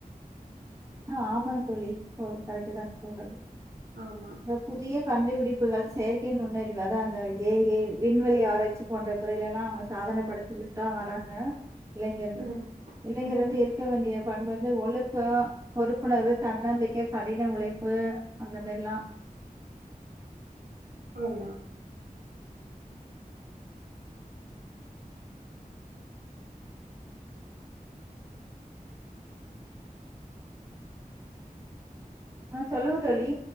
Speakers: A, on the right; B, on the right.
A: ஆ ஆமாங்க தோழி ஓ கரெக்ட்டுதா சொல்றது
B: ஆமா
A: இந்த புதிய கண்டுபிடிப்புகள் செயற்கை நுண்ணறிவு அத அந்த ஏ ஏ விண்வெளி ஆராய்ச்சி போன்ற துறையிலெல்லா அவங்க சாதன படைச்சுக்கிட்டா வர்றாங்க இளைஞர்கள்
B: ம்
A: இளைஞர்
B: ம்
A: வந்து இருக்க வேண்டிய பண் வந்து ஒழுங்கா பொறுப்புணர்வு தன்னம்பிக்க கடின உழைப்பு அந்த மாரில்லா
B: ஆமா
A: அ சொல்லுங்க தோழி